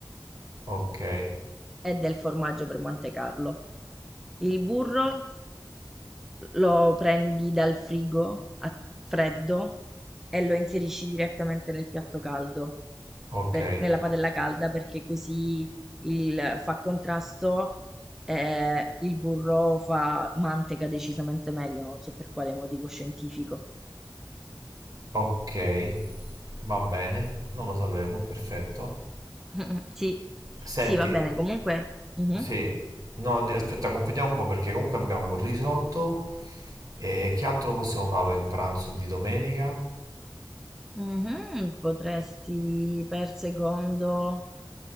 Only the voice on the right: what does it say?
Ok,
ok,
ok, va bene, non lo sapevo, perfetto.
Senti,
eh,
sì, no, di- aspetta, completiamo un po' perché comunque abbiamo il risotto e che altro possiamo fare per il pranzo di domenica?